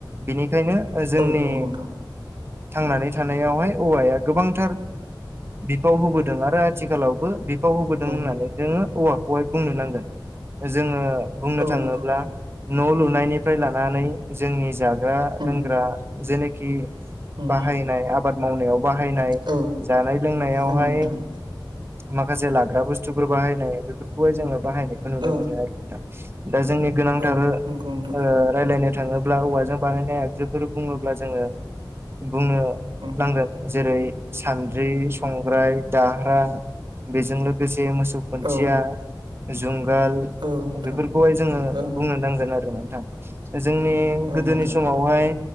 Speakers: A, on the right (about 30°); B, on the right (about 70°).
A: बिनिखायनो जोंनि
B: औ नंगौ नोंथां
A: थांनानै थानायावहाय औवाया गोबांथार। बिफाव होबोदों आरो आथिखालावबो बिफाव होबोदों
B: उम
A: होननानै जोंङो औवाखौहाय बुंनो नांगोन। जोङो बुंनो
B: औ
A: थाङोब्ला
B: नंगौ नोंथां
A: न' लुनायनिफ्राय लानानै। जोंनि जाग्रा
B: उम
A: लोंग्रा जेनोखि
B: उम
A: बाहायनाय आबाद मावनायाव। बाहायनाय
B: औ
A: जानाय लोंनायावहाय
B: औ नोंथां
A: माखासे लाग्रा बुस्थुफोर बाहायनाय बेफोरखौहाय जोङो बाहायनायखौ नुनो
B: औ
A: मोनो आरो दा। दा जोंनि गोनांथार
B: औ नंगौ नोंथां
A: ओ रायलायनो थाङोब्ला औवाजों बानायनाय आगजुफोर बुङोब्ला जोङो बुंनो
B: उम
A: नांगोन जेरै सान्द्रि संग्राय दाह्रा बेजों लोगोसे मोसौ खुन्थिया
B: औ
A: जुंगाल
B: औ नोंथां
A: बेफोरखौहाय जोङो
B: औ
A: बुंनो नांगोन आरो नोंथां जोंनि गोदोनि
B: औ नोंथां
A: समावहाय